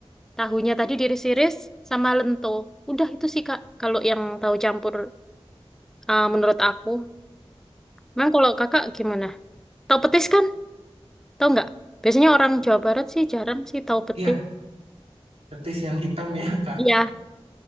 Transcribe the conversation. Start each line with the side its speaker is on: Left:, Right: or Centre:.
Centre: tahunya tadi diiris-iris sama lento. Udah itu sih Kak. Kalau yang tahu campur eh, menurut aku. Memang kalau Kakak gimana? Tahu petis kan? Tahu nggak? Biasanya orang Jawa Barat sih jarang sih tahu petis.
Right: Iya Petis yang hitam ya, Kak.
Centre: Iya.